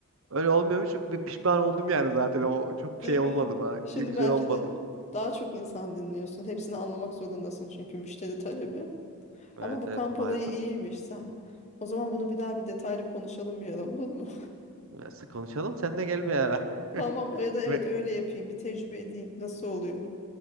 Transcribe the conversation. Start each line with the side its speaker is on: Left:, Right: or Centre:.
Right: Öyle olmuyormuş. Bir pişman oldum yani zaten. O çok
Left: <laughs> Değil
Right: şey
Left: mi?
Right: olmadı bana.
Left: Şimdi
Right: iyi- Güzel
Left: belki
Right: olmadı.
Left: de daha çok insan dinliyorsun. Hepsini anlamak zorundasın çünkü müşteri talebi.
Right: Evet
Left: Ama bu
Right: evet
Left: kamp
Right: maalesef.
Left: olayı iyiymiş sen. O zaman bunu bir daha bir detaylı konuşalım bir ara olur mu?
Right: Neyse, konuşalım. Sen de gel bir ara.
Left: <laughs> Tamam
Right: <laughs>
Left: o ya da evet
Right: Ve
Left: öyle yapayım. Bir tecrübe edeyim. Nasıl oluyor?